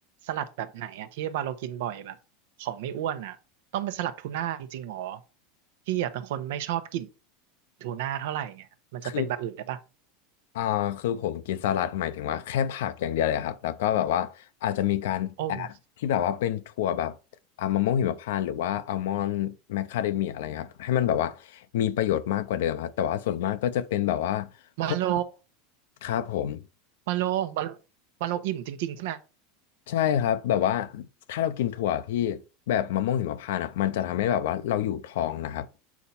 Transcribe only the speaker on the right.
สลัดแบบไหนอะที่วาโลกินบ่อยแบบขอไม่อ้วนอะต้องเป็นสลัดทูน่าจริงๆหรอพี่อะเป็นคนไม่ชอบกินทูน่าเท่าไหร่ไงมันจะเป็นแบบอื่นได้ปะ
โอ้มา
วาโล
วาโลวาโลวาโลอิ่มจริงๆใช่ไหม